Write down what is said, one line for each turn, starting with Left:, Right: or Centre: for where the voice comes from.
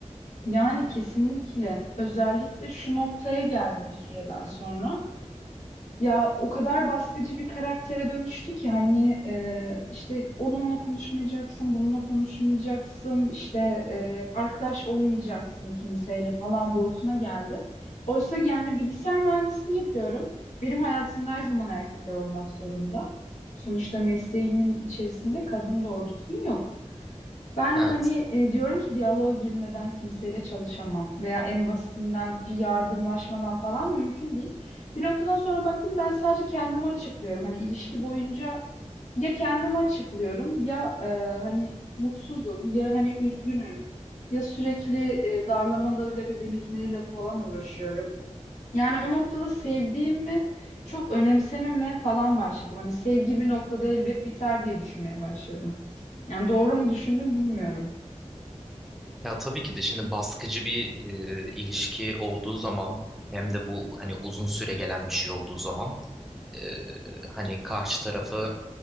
Left: Yani kesinlikle özellikle şu noktaya geldi bir süreden sonra. Ya o kadar baskıcı bir karaktere dönüştü ki hani e, işte onunla konuşmayacaksın, bununla konuşmayacaksın, işte e, arkadaş olmayacaksın kimseyle falan boyutuna geldi. Oysa yani bilgisayar mühendisliği yapıyorum. Benim hayatımda her zaman erkekler olmak zorunda. Sonuçta mesleğimin içerisinde kadın doğru düzgün yok. Ben
Centre: Evet.
Left: hani e, diyorum ki diyaloğa girmeden kimseyle çalışamam veya en basitinden bir yardımlaşmadan falan mümkün değil. Bir noktadan sonra baktım ben sadece kendimi açıklıyorum. Hani ilişki boyunca ya kendimi açıklıyorum ya e, hani mutsuzum ya hani üzgünüm ya sürekli e, darlamalarıyla ve beni üzmeleriyle falan uğraşıyorum. Yani o noktada sevdiğimi çok önemsememeye falan başladım. Hani sevgi bir noktada elbet biter diye düşünmeye başladım. Yani doğru mu düşündüm bilmiyorum.
Centre: Ya tabii ki de şimdi baskıcı bir e, ilişki olduğu zaman hem de bu hani uzun süre gelen bir şey olduğu zaman e, hani karşı tarafı